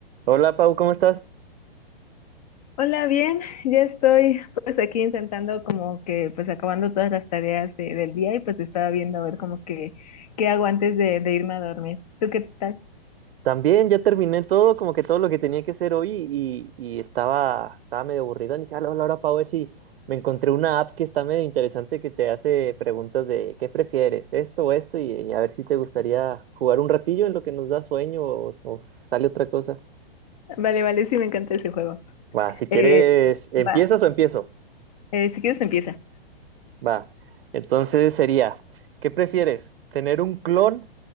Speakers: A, on the right (about 70°); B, on the left (about 40°).
A: Hola Pau, ¿cómo estás?
B: Hola, bien, ya estoy pues aquí intentando como que pues acabando todas las tareas eh, del día y pues estaba viendo a ver como que qué hago antes de, de irme a dormir. ¿Tú qué tal?
A: También ya terminé todo, como que todo lo que tenía que hacer hoy y, y estaba, estaba medio aburrido. Y Dije, hola, hola, hola Pau, a ver si me encontré una app que está medio interesante que te hace preguntas de qué prefieres, esto o esto, y, y a ver si te gustaría jugar un ratillo en lo que nos da sueño o, o sale otra cosa.
B: Vale, vale, sí me encanta ese juego.
A: Va, si quieres,
B: Eh,
A: ¿empiezas
B: ¿va?
A: o empiezo?
B: Eh, si quieres empieza.
A: Va. Entonces sería, ¿qué prefieres? ¿Tener un clon